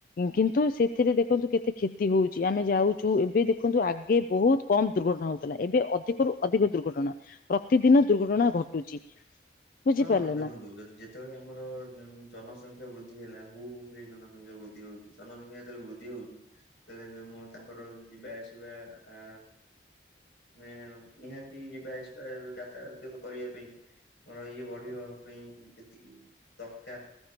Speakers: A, on the left (about 45°); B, on the left (about 85°).
A: କିନ୍ତୁ ସେଥିରେ ଦେଖନ୍ତୁ କେତେ କ୍ଷତି ହଉଛି ଆମେ ଯାଉଛୁ ଏବେ ଦେଖନ୍ତୁ ଆଗେ ବହୁତ କମ୍ ଦୁର୍ଘଟଣା ହଉଥିଲା ଏବେ ଅଧିକରୁୁ ଅଧିକ ଦୁର୍ଘଟଣା। ପ୍ରତିଦିନ ଦୁର୍ଘଟଣା ଘଟୁଛି। ବୁଝିପାରିଲେ
B: ହଁ ଦେଖନ୍ତୁ
A: ନା
B: ଯଦି ଯେ ଯେତେବେଳେ ଆମର ଜନସଂଖ୍ୟା ବୃଦ୍ଧି ହେଲା ହୁ ହୁ ହେଇ ଜନସଖ୍ୟା ବୃଦ୍ଧି ହଉଛି ଜନସଂଖ୍ୟା ଯେତେବେଳେ ବୃଦ୍ଧି ହଉଛି। ଜେତେଳେ ହେଲେ ମୁଁ ତାଙ୍କର ଯିବା ଆସିବା ଆ ମାନେ ନିହାତି ଯିବା ଆସିବା ଯାତାୟାତ କରିବା ପାଇଁ ଆର ଇଏ ବଢବା ପାଇଁ ଯେତିକି ଦରକାର